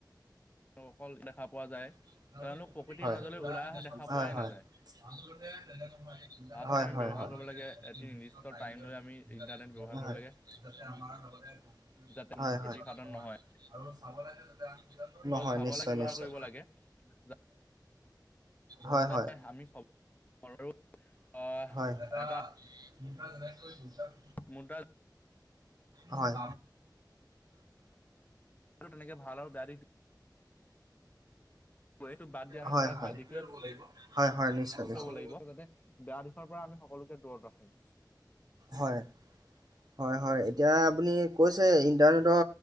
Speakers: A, on the left (about 20°); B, on the right (about 60°).
A: তেওঁ অকল দেখা পোৱা যায়।
B: হয়
A: তেওঁলোক প্ৰকৃতিৰ মাজলৈ ওলাই অহা দেখা পোৱাই নাযায়
B: হয়
A: আচলতে আমি
B: হয়
A: ব্যৱহাৰ কৰিব লাগে এটি নিৰ্দিষ্ট টাইম লৈ আমি ইণ্টাৰনেট
B: হয়
A: ব্যৱহাৰ কৰিব লাগে
B: হয়
A: যাতে কোনো ক্ষতি সাধন নহয়
B: নহয়
A: আৰু চাবলৈ
B: নিশ্চয়
A: ব্যৱহাৰ
B: নিশ্চয়
A: কৰিব লাগে। যা
B: হয় হয়
A: এ আমি ছবৰোএটা
B: হয় <inaudible>
A: <unintelligible>
B: হয়
A: তেনেকে ভাল আৰু বেয়া দিশ এইটো বাদ দিয়া আমি
B: হয়
A: সদায়
B: হয় হয়
A: ভাল দি
B: হয় হয় নিশ্চয় নিশ্চয়
A: লব লাগিব যাতে বেয়া দিশৰ পৰা আমি সকলোকে দূৰত ৰাখো।
B: হয় হয় হয়, এতিয়া আপুনি কৈছে ইণ্টাৰনেটৰ